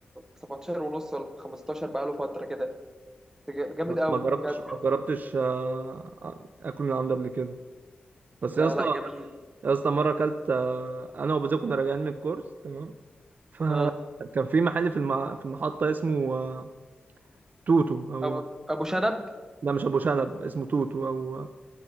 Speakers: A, on the right (about 15°); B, on the right (about 60°).
A: 17 ونص ولا ب 15 بقاله فتره كده جا- جامد قوي
B: ما جربتش
A: بجد
B: ما جربتش آه، آه، اكل من عنده قبل كده بس
A: لا
B: يا اسطى
A: لا جميل
B: يا اسطى مره اكلت آه، انا وبزوك كنا راجعين من الكورس تمام فكان
A: اه
B: في محل في المع... في المحطه اسمه آه، توتو او
A: ابو ابو شنب
B: لا مش ابو شنب اسمه توتو او